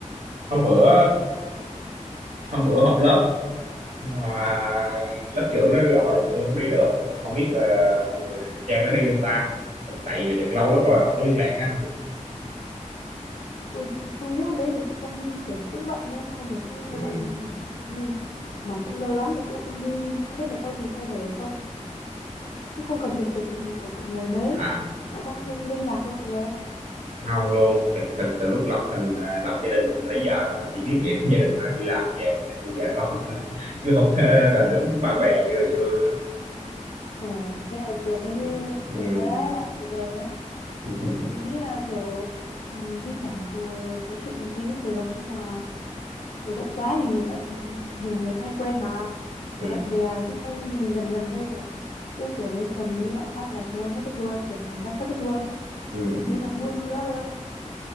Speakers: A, on the right; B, on the left.
A: hôm bữa hôm bữa họp lớp mà lớp trưởng nó gọi mà tôi không đi được không biết ờ, mọi người Trang nó đi không ta tại vì thiệt lâu lắm rồi không có liên lạc á
B: ui xui đấy hôm đấy mình cũng không đi kiểu cũng bận đấy công việc cũng
A: ừ.
B: hơi bận nên là cũng không đi mà cũng lâu lắm rồi cũng không đi không biết là có gì thay đổi không cũng không cập nhật được tình hình của mọi người mấy
A: à
B: bạn có hay
A: à,
B: liên liên lạc với mọi người không
A: không luôn thực thực từ lúc lập thành à, lập gia đình lấy vợ xong là chỉ biết nghĩ đến gia đình thôi đi làm về vợ con <laughs> chứ không có đàn đúm bạn bè như hồi xưa nữa
B: ồ thế là được cái
A: ừ.
B: chứ
A: Ừ.
B: tuyệt vời đấy bạn tuyệt vời đấy
A: Ừ. Ừ.
B: mình nghĩ là kiểu ừ, thi thoảng ờ, nói chuyện tí cũng được nhưng mà kiểu bận quá thì nhiều tao cũng- nhiều người cũng hay quên mà
A: Ừ.
B: kiểu bạn bè xung quanh mình gần gần đây là cứ kiểu lấy chồng lấy vợ phát là thôi mất tích luôn kiểu cảm giác mất tích luôn
A: Ừ.
B: không
A: Ừ.
B: thấy mặt mũi đâu nữa luôn